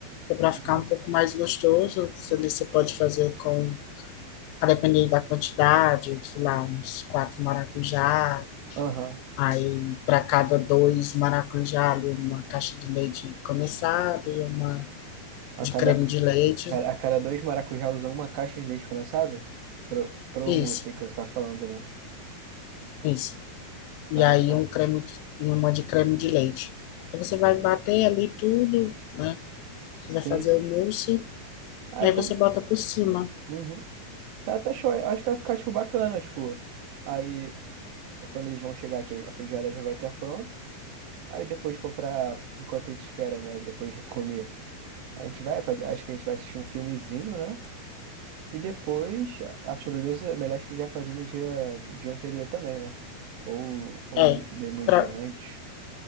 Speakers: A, on the left; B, on the right.
A: que é para ficar
B: Nossa.
A: um pouco mais gostoso. Você, você pode fazer com, a depender da quantidade, sei lá, uns quatro maracujá.
B: Aham.
A: Aí, para cada dois maracujá, ali, uma caixa de leite condensado e uma
B: A
A: de
B: cada,
A: creme de leite.
B: a cada dois maracujá usa uma caixa de leite condensado? Pro, pro mousse
A: Isso,
B: aí que você tá falando, né?
A: isso. E
B: Tá,
A: aí,
B: tá.
A: um creme, de- e uma de creme de leite. Aí você vai bater ali tudo, né?
B: Sim,
A: Vai fazer
B: sim.
A: o mousse,
B: Ah,
A: aí
B: é como...
A: você bota por cima.
B: Uhum. Tá, tá show. Eu Acho que vai ficar, tipo, bacana, tipo... Aí, quando eles vão chegar aqui, a feijoada já vai estar pronto. Aí depois for pra... Enquanto a gente espera, né? Depois de comer. A gente vai... pra- Acho que a gente vai assistir um filmezinho, né? E depois, a a sobremesa é melhor tipo, já fazer no dia, dia anterior também, né? Ou, ou
A: É,
B: no mesmo
A: pra-
B: dia antes.